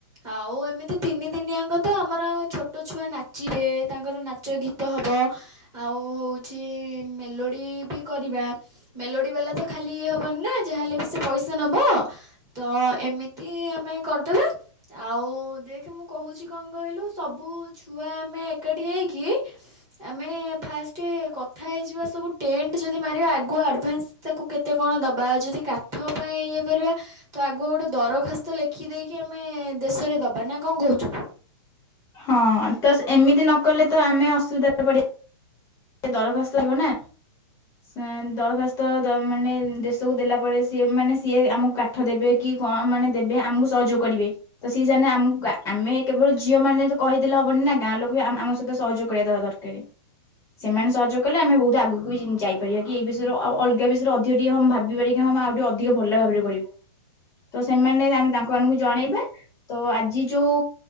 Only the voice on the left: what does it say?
ହଁ ତ ଏମିତି ନକଲେ ତ ଆମେ ଅସୁବିଧାରେ ପଡିଆ ସେ ଦରଖାସ୍ତ ଯିବ ନା ଦରଖାସ୍ତ ମାନେ ଦେଶକୁ ଦେଲା ପରେ ସିଏ ମାନେ ସିଏ ଆମକୁ କାଠ ଦେବେ କି କଣ ମାନେ ଦେବେ ଆମକୁ ସହଯୋଗ କରିବେ ତ ସିଏ ସେମାନେ ଆମକୁ ଆମେ କେବଳ ଝିଅମାନେ ତ କହିଦେଲେ ହବନି ନା ଗାଁ ଲୋକ ବି ଆମ ସହିତ ସହଯୋଗ କରିବା ଦ ଦରକାର। ସେମାନେ ସହଯୋଗ କଲେ ଆମେ ବହୁତ ଆଗୁକୁ ବି ଯାଇପାରିବା କି ଏଇ ବିଷୟରେ ଅଲଗା ବିଷୟରେ ଅଧିକ ଟିକେ ଭାବିପାରିବା କି ହଁ ଆମେ ଆଉ ଟିକେ ଅଧିକ ଭଲ ଭାବରେ କରିବୁ ତ ସେମାନେ ଆମେ ତାଙ୍କ ମାନଙ୍କୁ ଜଣେଇବା ତ ଆଜି ଯୋଉ